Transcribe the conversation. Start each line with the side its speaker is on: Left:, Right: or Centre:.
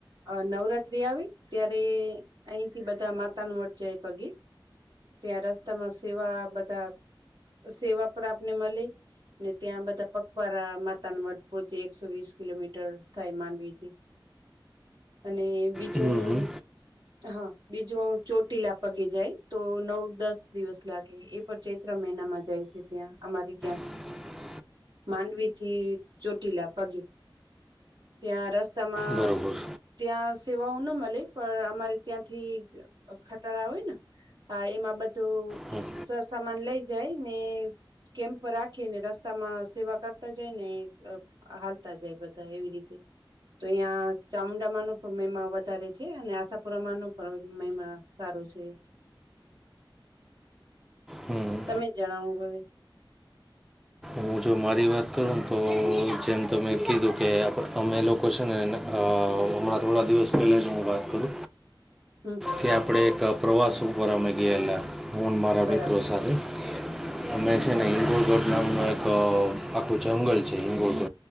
Right: અ નવરાત્રી આવે ત્યારે અહીથી બધા માતા ને મઠ જાય પગે ત્યાં રસ્તામાં સેવા બધા સેવા પ્રા આપને મળે ને ત્યાં બધા પગપળા માતાના મઠ પોહોચે એકસો વીસ કિલોમીટર થાય માંડવી થી અને બીજું.
Centre: હમ હમ
Right: હા બીજું ચોટીલા પગી જાય તો નવ દસ દિવસ લાગે એ પર ચે ત્રણ મહિનામાં જાય છે ત્યાં અમારી ત્યાં
Centre: <inaudible>
Right: માંડવી થી ચોટીલા પગે ત્યાં રસ્તામાં
Centre: બરોબર
Right: ત્યાં સેવાઓ ના મળે પણ અમારે ત્યાંથી ખટાડા હોય ને હા એમાં બધું.
Centre: હમ
Right: સરસામાન લઈ જાય ને કેમ્પ રાખીને રસ્તા માં સેવા કર તો જેય ને હાલતા જાય બધા એવી રીતે તો અહીં ચામુંડામાંનો પણ મહીમા વધારે છે અને આશાપુરામાંનો પણ મહીમા સારો છે.
Centre: હમ
Right: તમે જણાવો હવે.
Centre: હું જો મારી વાત કરું ને તો જેમ તમે કીધું કે આપ અમે લોકો છે ને એ ને હ હમણા થોડા દિવસ પહેલે જ હું વાત કરું
Right: હમ
Centre: કે આપણે એક પ્રવાસ ઉપર અમે ગયેલા હું મારા
Right: બરાબર
Centre: મિત્રો સાથે અમે છે ને હિંગોલગઢ નામનું એક આખું જંગલ છે હિંગોગઢ